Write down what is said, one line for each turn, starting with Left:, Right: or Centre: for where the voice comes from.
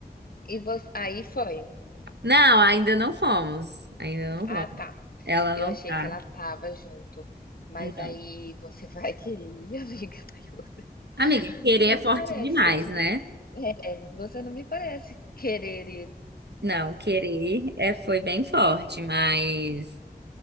Left: E voc aí foi.
Right: Não, ainda não fomos, ainda não
Left: Ah,
Right: vamos.
Left: tá.
Right: Ela
Left: Eu
Right: não
Left: achei
Right: tá,
Left: que ela tava junto, mas
Right: não.
Left: aí você <laughs> vai querer ir, <laughs> amiga? Mas
Right: Amiga,
Left: você
Right: querer
Left: não
Right: é
Left: me
Right: forte
Left: parece,
Right: demais,
Left: tô te
Right: né?
Left: é, você não me parece querer ir.
Right: Não, querer é, foi bem forte, mas